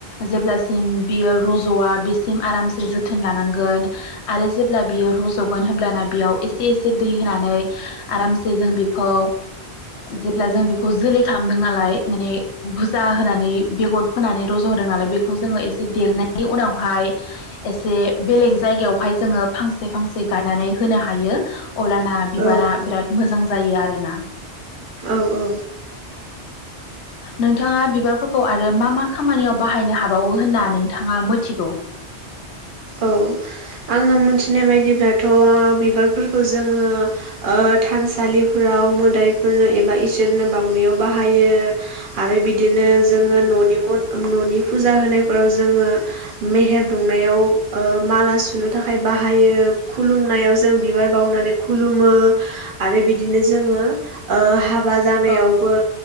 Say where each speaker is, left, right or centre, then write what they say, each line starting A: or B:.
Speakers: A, on the left (about 75°); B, on the right (about 55°).
A: जेब्लासिम बियो रज'आ बेसिम आरामसे जोथोन लानांगोन आरो जेब्ला बियो रज'गोन हब्लाना बेयाव एसे एसे दै होनानै आरामसे जों बेखौ जेब्ला जों बेखो खौ जोलै खालामदों नालाय माने बुरजा होनानै बेगर फोनानै रज' होदों नालाय बेखौ जोङो एसे देरनायनि उनावहाय एसे बेलेग जायगायावहाय जोङो फांसे फांसे गायनानै होनो हायो। अब्लाना बिबारा
B: औ
A: बिराद मोजां जायो आरोना।
B: औ औ।
A: नोंथाङा बिबारफोरखौ आरो मा मा खामानियाव बाहायनो हाबावो होनना नोंथाङा मिथिगौ?
B: औ आङो मोनथिनाय बायदिब्लाथ' बिबारफोरखौ जोङो ओ थानसालिफोराव मोदायफोरनो एबा इसोरनो बाउनायाव बाहायो आरो बिदिनो जोङो न'नि मन न'नि फुजा होनायफोराव जोङो मेहेर दुंनायाव ओ माला सुनो थाखाय बाहायो खुलुमनायाव जों बिबार बावनानै खुलुमो आरो बिदिनो जोङो ओ हा हाबा जानायावबो
A: औ